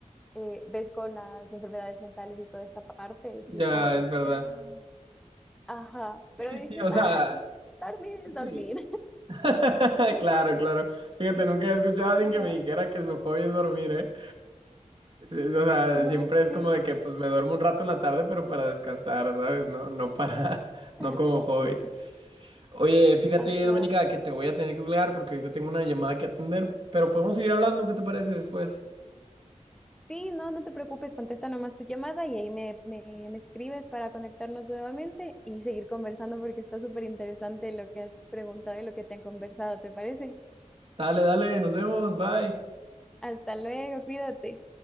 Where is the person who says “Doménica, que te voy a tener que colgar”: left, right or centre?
Right